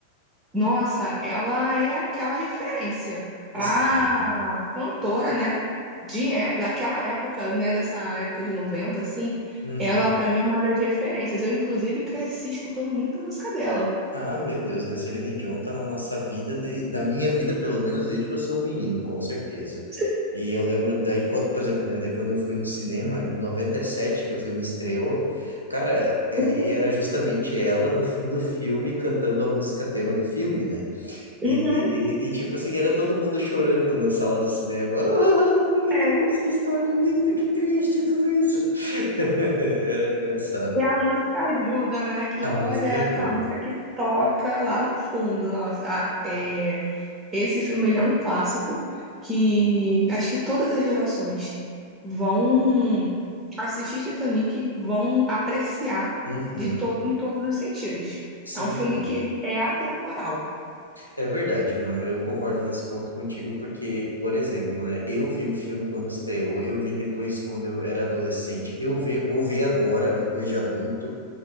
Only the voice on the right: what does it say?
Nossa, ela é aquela referência pra
cantora, né? De, é- daquela época, né? Dessa época de 90 assim,
ela para mim é uma das referências. Eu, inclusive, cresci escutando muita música dela.
Sim.
Uhum,
uhum,
é.
E a música ajuda, né? Que
olha
aquela música que toca lá no fundo, nossa, a- é, Esse filme ele é um clássico que acho que todas as gerações vão assistir Titanic, vão apreciar
de todo, em todos os sentidos.
É um filme
que ele é atemporal.